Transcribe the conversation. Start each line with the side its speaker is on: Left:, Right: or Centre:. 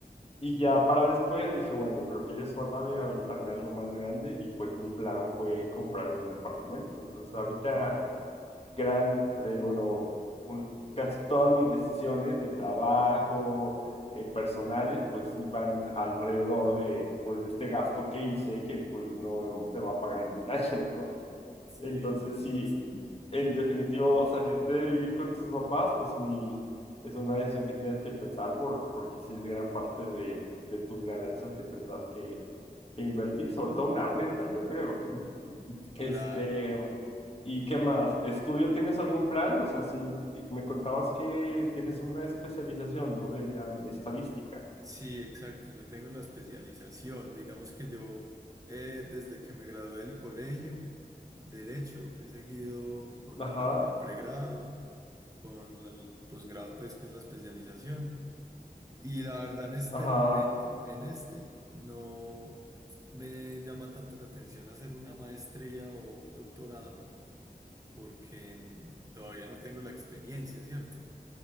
Left: y ya para después dije, bueno, creo que ya es hora de aventarme algo más grande y pues mi plan fue comprar un departamento. Entonces ahorita gran, eh, bueno, un- casi todas mis decisiones de trabajo, eh, personales, pues iban alrededor de, pues, de este gasto que hice que pues no se va a pagar en un <laughs> año, ¿no?
Right: Sí,
Left: Entonces,
Right: la verdad
Left: sí,
Right: es-
Left: en definitivo, salirte de vivir con tus papás, pues sí, es una decisión que tienes que pensar por, porque sí es gran parte de, de tus ganancias que tendrás que, que invertir, sobre todo una renta, yo creo. Este,
Right: claro.
Left: ¿y qué más? ¿Estudio tienes algún plan? O sea, si me contabas que tienes una especialización, ¿no? De ah, estadística.
Right: Sí, exacto. Yo tengo la especialización. Digamos que yo, eh, desde que me gradué del colegio, Derecho, he seguido con
Left: Ajá,
Right: el pregrado, con la- el posgrado, pues, que es la especialización. Y la verdad, en este
Left: ajá,
Right: momento, en este, no me llama tanto la atención hacer una maestría o un doctorado, porque mm, todavía no tengo la experiencia, ¿cierto?